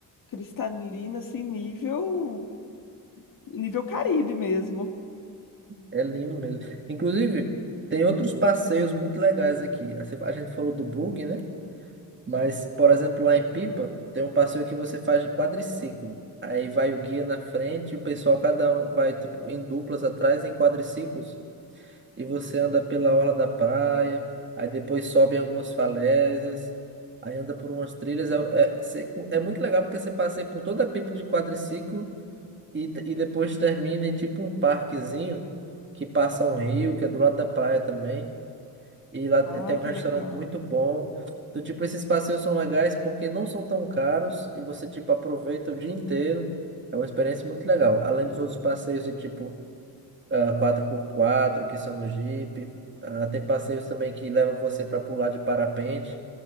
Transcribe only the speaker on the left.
cristalina, assim, nível, nível Caribe mesmo.
Ai,
que legal.